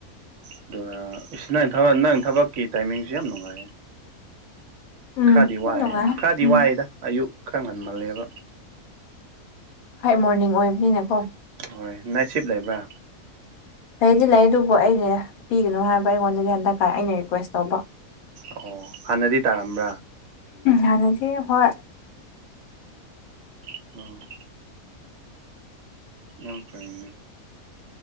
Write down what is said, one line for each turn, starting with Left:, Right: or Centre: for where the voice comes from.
Right: ꯑꯗꯨꯒ ꯅꯪ ꯊꯕꯛ ꯅꯪ ꯊꯕꯛꯀꯤ ꯇꯥꯏꯃꯤꯡꯁꯨ ꯌꯥꯝ ꯅꯨꯡꯉꯥꯏꯌꯦ
Left: ꯎꯝ
Right: ꯈꯔꯗꯤ
Left: ꯑꯗꯨꯝ
Right: ꯋꯥꯏ
Left: ꯅꯨꯡꯉꯥꯏ
Right: ꯈꯔꯗꯤ
Left: ꯎꯝ
Right: ꯋꯥꯏꯗ ꯑꯌꯨꯛ ꯈꯔ ꯉꯟꯃꯜꯂꯦꯕ꯫
Left: ꯍꯣꯏ ꯃꯣꯔꯅꯤꯡ ꯑꯣꯏꯕꯅꯤꯅ ꯀꯣ꯫
Right: ꯍꯣꯏ ꯅꯥꯏꯠꯁꯤꯞ ꯂꯩꯕ꯭ꯔꯥ
Left: ꯂꯩꯗꯤ ꯂꯩ ꯑꯗꯨꯕꯨ ꯑꯩꯩꯅ ꯄꯤꯒꯅꯨ ꯍꯥꯏꯕ ꯑꯩꯉꯣꯟꯗꯗꯤ ꯍꯟꯗꯛꯀ ꯑꯩꯅ ꯔꯤꯀ꯭ꯋꯦꯁ ꯇꯧꯕ
Right: ꯑꯣ ꯍꯟꯅꯗꯤ ꯇꯥꯔꯝꯕꯔ
Left: ꯍꯟꯅꯗꯤ ꯍꯣꯏ
Right: <inaudible> ꯌꯥꯝ ꯐꯩꯅꯦ